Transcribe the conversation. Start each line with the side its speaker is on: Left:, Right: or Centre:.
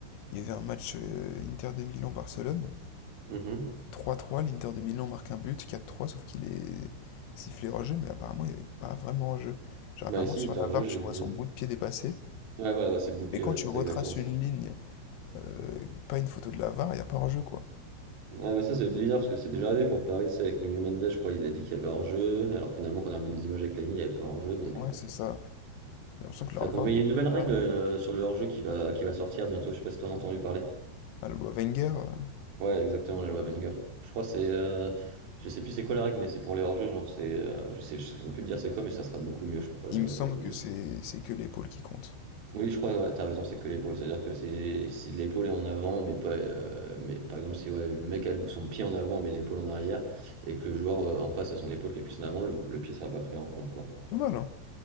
Left: il y avait un match euh, Inter de Milan-Barcelone.
Right: Mhm.
Left: 3-3, l'Inter de Milan marque un but, 4 trois, sauf qu'il est sifflé hors-jeu, mais apparemment il n'y avait pas vraiment hors-jeu. Genre apparemment
Right: Bah, ici,
Left: sur
Right: t'es
Left: la
Right: hors
Left: VAR,
Right: jeu, j'ai
Left: tu
Right: vu.
Left: vois
Right: les-
Left: son bout de pied dépasser,
Right: Ouais, voilà, bah, c'est le bout de pied,
Left: mais quand
Right: ouais,
Left: tu
Right: c'est
Left: retraces
Right: exactement ça.
Left: une ligne, euh, pas une photo de la VAR, il n'y a pas hors-jeu quoi.
Right: Ah, mais ça c'est bizarre parce que c'est déjà arrivé pour Paris, c'est avec Nuno Mendes, je crois, ils avaient dit qu'il y avait hors-jeu, alors finalement quand on a vu des images avec la ligne, il n'y avait pas hors-jeu, donc
Left: Ouais,
Right: euh,
Left: c'est ça. J'ai l'impression que
Right: ça
Left: la VAR
Right: commence. Mais
Left: non
Right: il y a une nouvelle
Left: plus est
Right: règle
Left: pas
Right: euh, sur le hors-jeu qui va, qui va sortir bientôt, je sais pas si t'en as entendu parler.
Left: à la loi Wenger. euh,
Right: Ouais, exactement, la loi Wenger. Je crois que c'est, euh, je sais plus c'est quoi la règle, mais c'est pour les hors-jeux, genre c'est, euh, je sais, je sais même plus te dire c'est quoi, mais ça sera beaucoup mieux, je, crois,
Left: Il
Right: je-
Left: me
Right: de
Left: semble que c'est
Right: ce que.
Left: c'est que l'épaule qui compte.
Right: Oui, je crois, ouais, t'as raison, c'est que l'épaule. C'est-à-dire que si, si l'épaule est en avant, mais pas, euh, mais par exemple, si ouais, le mec a le- son pied en avant, mais l'épaule en arrière, et que le joueur euh, en face a son épaule qui est plus en avant, le, le pied sera pas pris en compte, quoi.
Left: Pas mal, hein.